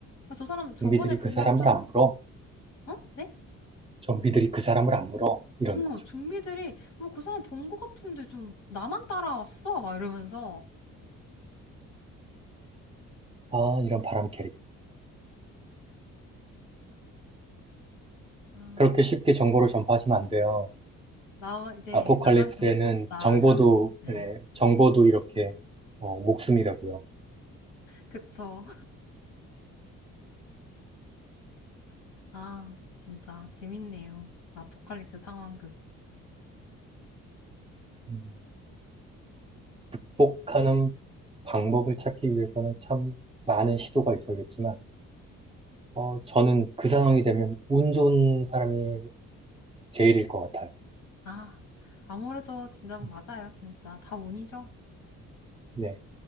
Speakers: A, on the left (about 85°); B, on the right (about 20°).
A: 아, 저 사람 저번에
B: 좀비들이
A: 분명
B: 그 사람을
A: 좀,
B: 안 물어.
A: 어? 네?
B: 좀비들이 그 사람을 안 물어. 이런
A: 어,
B: 거죠.
A: 좀비들이, 뭐 그 사람 본 것 같은데 좀 나만 따라왔어? 막 이러면서.
B: 아, 이런 바람캐리.
A: 아,
B: 그렇게 쉽게 정보를 전파하시면 안 돼요.
A: 나, 이제
B: 아포칼립스에는
A: 나만 죽을 수 없다.
B: 정보도,
A: 이런, 네.
B: 네, 정보도 이렇게, 어, 목숨이라고요.
A: 그쵸. 아, 진짜 재밌네요. 아포칼립스 상황극.
B: 음, 극복하는 방법을 찾기 위해서는 참 많은 시도가 있어야겠지만, 어, 저는 그 상황이 되면 운 좋은 사람이 제일일 것 같아요.
A: 아, 아무래도 진짜 맞아요.
B: 음,
A: 진짜 다 운이죠.
B: 네.